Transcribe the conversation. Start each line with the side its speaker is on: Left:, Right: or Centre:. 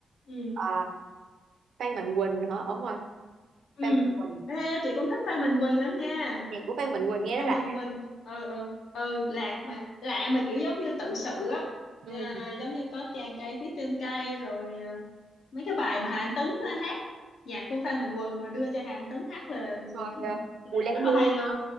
Left: ừ.
Right: ờ, Phan Mạnh Quỳnh hả đúng rồi
Left: Ừ.
Right: Phan Mạnh Quỳnh
Left: Ê, chị cũng thích Phan Mạnh Quỳnh lắm nha
Right: nhạc của Phan Mạnh Quỳnh nghe
Left: Phan
Right: nó lạ
Left: Mạnh Quỳnh ờ ờ ờ lạc mà lạ mà kiểu giống như tự sự á
Right: ừ.
Left: Ờ, giống như có chàng trai viết trên cây rồi ờ, mấy cái bài mà Hà Anh Tuấn ờ, hát nhạc của Phan Mạnh Quỳnh mà đưa cho Hà Anh Tuấn hát là, ừ,
Right: rồi à,
Left: là
Right: Bùi Lan
Left: rất
Right: Hương
Left: là hay
Right: nữa
Left: luôn